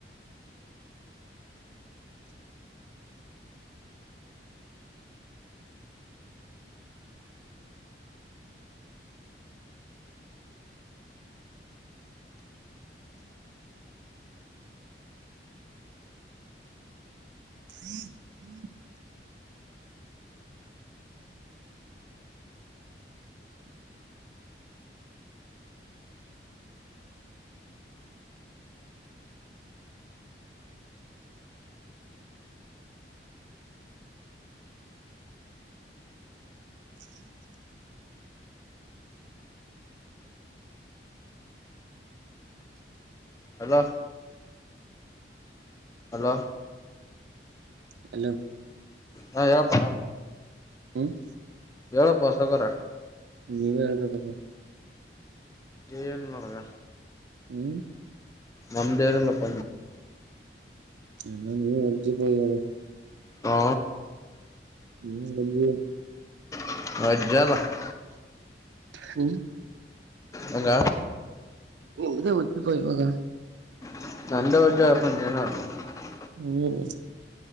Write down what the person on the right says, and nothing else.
<inaudible> <inaudible>
ಹಲೋ
ಹ್ಮ್
ನೀವೇ ಹೇಳ್ಬೇಕಪ್ಪ
ಹ್ಮ
ಎಲ್ಲಾ ನೀ ಹೊಡ್ಜಿಪಯ ಅದ.
<unintelligible>
ಹ್ಮ
<unintelligible> ಇವಾಗ
ಹ್ಮ್